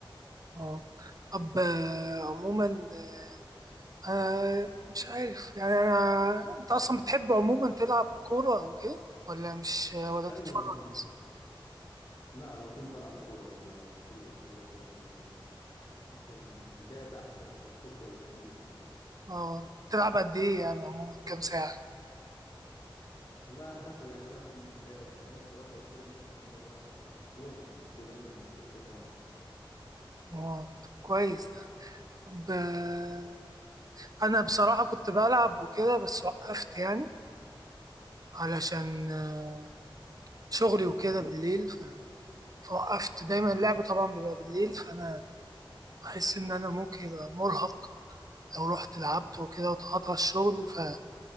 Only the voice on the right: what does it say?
اه طب آه، عموما آه، انا مش عارف يعني انا انت اصلا بتحب عموما تلعب كوره او كده ولا مش آه، ولا
تتفرج
بس
اه تلعب قد ايه يعني عموما كام ساعه
اه طب كويس ده طب آه، انا بصراحه كنت بلعب وكده بس وقفت يعني علشان آه، شغلي وكده بالليل ف- فوقفت دايما
اللعب طبعا بيبقى بالليل فانا بحس إن أنا ممكن يبقى مرهق لو رحت لعبت وكده واتقطع الشغل ف-